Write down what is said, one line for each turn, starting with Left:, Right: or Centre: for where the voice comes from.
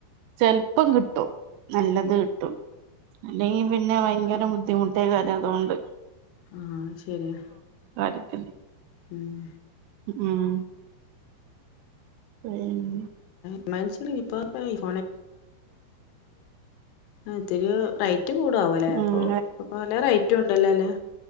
Right: ചെിലപ്പം കിട്ടും നല്ലത് കിട്ടും അല്ലെങ്കിൽ പിന്നെ ഭയങ്കര ബുദ്ധിമുട്ടേ കാര്ം അതുകൊണ്ട്
Left: ആ ശരിയാ
Right: <inaudible>
Left: ഉം
Right: ഉം <unintelligible>
Left: <unintelligible> ഒത്തിരി റൈ റ്റ് കൂടവല്ലേ അപ്പൊ
Right: ഉം
Left: ഇ പലെ റെയ്റ്റ് ഉണ്ടല്ലോ അല്ലേ